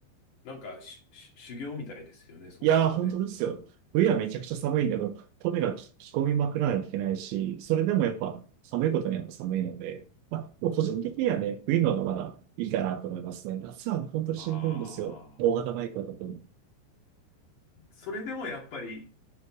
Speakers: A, on the left (about 45°); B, on the right (about 80°).
A: なんかし、し修行みたいですよね、そうなるとね。
B: いやー、本当ですよ。冬はめちゃくちゃ寒いけど、とにかく着込みまくらないといけないし、それでもやっぱ寒いことには寒いので、まあ、もう個人的にはね、冬の方がまだいいかなと思いますね。夏は本当にしんどいんですよ。
A: ああ。
B: 大型バイクは特に。
A: それでもやっぱり、